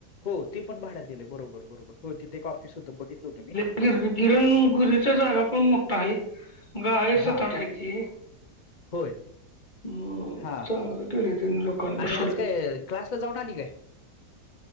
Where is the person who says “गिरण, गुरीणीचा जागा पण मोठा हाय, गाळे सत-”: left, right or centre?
Left